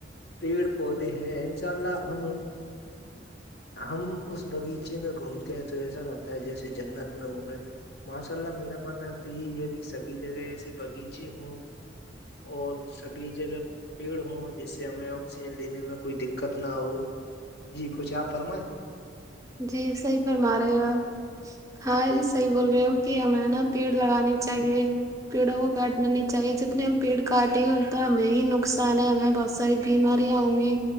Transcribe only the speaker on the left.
پیڑ پودے ہیں انشاء اللہ ہم ہم اس باغیچے میں گھومتے ہیں تو ایسا لگتا ہے جیسے جنت میں گھومے ماشاء اللہ میرا ماننا تو یہی ہے کہ سبھی جگہ ایسے باغیچے ہوں اور سبھی جگہ پیڑ ہوں جس سے ہمیں آکسیجن لینے میں کوئی دقت نہ ہو جی کچھ آپ فرمائیں